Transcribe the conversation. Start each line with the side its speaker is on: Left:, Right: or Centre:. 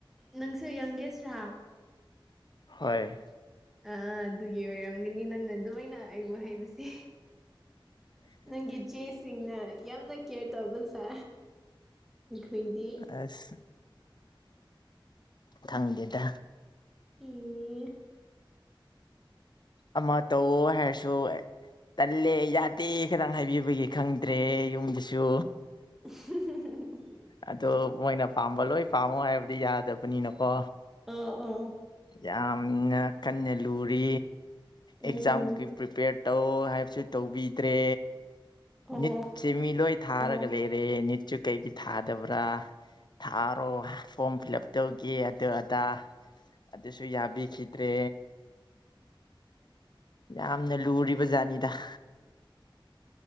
Centre: ꯅꯪꯁꯦ ꯌꯪꯒꯦꯁꯔꯥ
Left: ꯍꯣꯏ
Centre: ꯑ ꯑꯗꯨꯒꯤ ꯑꯣꯏꯔꯝꯒꯅꯤ ꯅꯪꯅ ꯑꯗꯨꯃꯥꯏꯅ ꯑꯩꯕꯨ ꯍꯥꯏꯕꯁꯦ ꯅꯪꯒꯤ ꯆꯦ ꯁꯤꯅ ꯌꯥꯝꯅ ꯀꯦꯔ ꯇꯧꯔꯕꯜ ꯁꯥ ꯑꯩꯈꯣꯏꯗꯤ
Left: ꯑꯁ ꯊꯪꯗꯦꯗ
Centre: ꯑꯦ
Left: ꯑꯃ ꯇꯧꯑꯣ ꯍꯥꯏꯔꯁꯨ ꯇꯜꯂꯦ ꯌꯥꯗꯦ ꯈꯤꯇꯪ ꯍꯥꯏꯕꯤꯕꯒꯤ ꯈꯪꯗ꯭ꯔꯦ ꯌꯨꯝꯗꯁꯨ
Centre: <unintelligible>
Left: ꯑꯗꯣ ꯃꯣꯏꯅ ꯄꯥꯝꯕ ꯂꯣꯏ ꯄꯥꯝꯃꯣ ꯍꯥꯏꯕꯗꯤ ꯌꯥꯗꯕꯅꯤꯅꯀꯣ
Centre: ꯑꯣ ꯑꯣ
Left: ꯌꯥꯝꯅ ꯀꯟꯅ ꯂꯨꯔꯤ ꯑꯦꯛꯖꯥꯝꯒꯤ
Centre: ꯎꯝ
Left: ꯄ꯭ꯔꯤꯄꯦꯌꯔꯠ ꯇꯧ ꯍꯥꯏꯕꯁꯨ ꯇꯧꯕꯤꯗ꯭ꯔꯦ
Centre: ꯑꯣ
Left: ꯅꯤꯠꯁꯦ ꯃꯤ ꯂꯣꯏ ꯊꯥꯔꯒ
Centre: ꯑꯣ
Left: ꯂꯩꯔꯦ ꯅꯤꯠꯁꯨ ꯀꯩꯒꯤ ꯊꯥꯗꯕ꯭ꯔꯥ ꯊꯥꯔꯣ ꯐꯣꯝ ꯐꯤꯜ ꯎꯞ ꯇꯧꯒꯦ ꯑꯗꯨ ꯑꯗꯥ ꯑꯗꯨꯁꯨ ꯌꯥꯕꯤꯈꯤꯗ꯭ꯔꯦ꯫ ꯌꯥꯝꯅ ꯂꯨꯔꯤꯕ ꯖꯥꯠꯅꯤꯗ꯫